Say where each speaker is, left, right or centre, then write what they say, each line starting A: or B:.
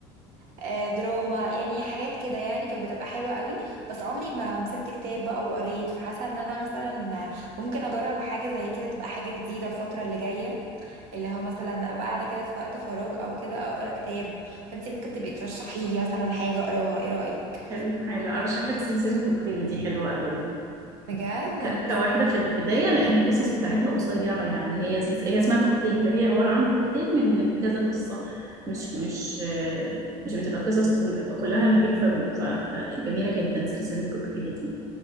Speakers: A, on the right; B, on the right.
A: آه، دراما يعني حاجات كده يعني كانت بتبقى حلوة قوي بس عمري ما مسكت كتاب بقى وقريت فحاسة ان انا مثلا ممكن اجرب حاجة زي كده تبقى حاجة جديدة الفترة اللي جاية اللي هو مثلا ابقى قاعدة كده في وقت فراغ او كده اقرا كتاب فانتي ممكن تبقي ترشحي لي مثلا حاجة اقراها ايه رأيك
B: حلو حلو ارشح لك سلسله كوكتيل دي حلوه قوي
A: بجد
B: ك... كواحده في البدايه لان القصص بتاعتها قصيره يعني هي سلس... هي اسمها كوكتيل فهي عباره عن كوكتيل من من كذا قصه مش مش آه، مش بتبقى قصص طويله فكلها لنبيل فاروق ف... فجميله جدا سلسله كوكتيل دي